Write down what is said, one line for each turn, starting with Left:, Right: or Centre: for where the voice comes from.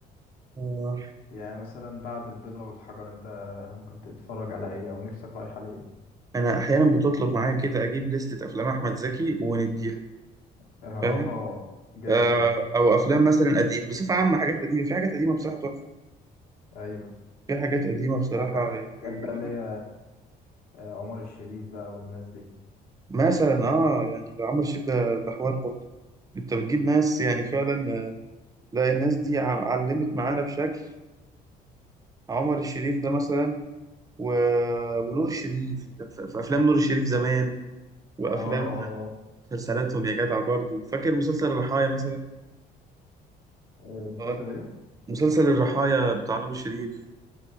Right: آه.
Left: يعني مثلا بعد البيضة والحجر انت ممكن تتفرج على ايه او نفسك رايحة ليه
Right: انا احيانا بتطلب معايا كده اجيب لستة افلام احمد زكي ونديها
Left: <laughs> اه
Right: فاهم
Left: جامد
Right: آه
Left: ده
Right: او افلام مثلا قديم بصفه عامه حاجات قديمه في حاجات قديمه بصراحه تحفه
Left: ايوه
Right: في حاجات قديمه بصراحه
Left: معاك حق
Right: يعني
Left: حاجات بقى اللي
Right: آه
Left: هي آه، عمر الشريف بقى والناس دي
Right: مثلا اه يعني ده عمرو الشريف ده ده حوار برضه انت بتجيب ناس يعني فعلا آه، لا الناس دي ع- علمت معانا بشكل عمر الشريف ده مثلا و... ونور الشريف انت في في افلام نور الشريف زمان وافلام
Left: اه اه آه.
Right: مسلسلاتهم يا جدع برضه فاكر مسلسل الرحايا مثلا
Left: آه، مسلسل
Right: آه،
Left: ايه
Right: مسلسل الرحايا بتاع نور الشريف